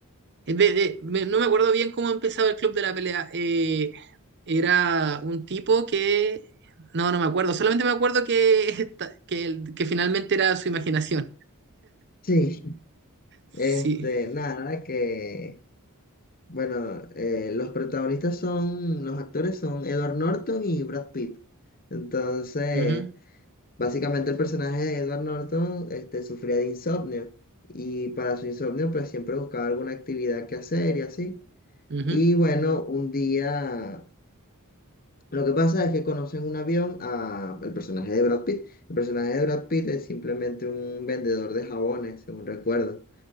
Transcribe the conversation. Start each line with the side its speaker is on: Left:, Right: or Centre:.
Right: Eh, de- de- me- no me acuerdo bien cómo empezaba el Club de la Pelea. Eh, era un tipo que... No, no me acuerdo. Solamente me acuerdo que, esta- que, el- que finalmente era su imaginación.
Left: Sí,
Right: Sí.
Left: este, nada, que, bueno, eh, los protagonistas son, los actores son Edward Norton y Brad Pitt, entonces...
Right: Ujú,
Left: Básicamente el personaje de Edward Norton este, sufría de insomnio y para su insomnio pues siempre buscaba alguna actividad que hacer y así.
Right: ujú,
Left: Y bueno, un día lo que pasa es que conocen un avión a el personaje de Brad Pitt. El personaje de Brad Pitt es simplemente un vendedor de jabones, según recuerdo.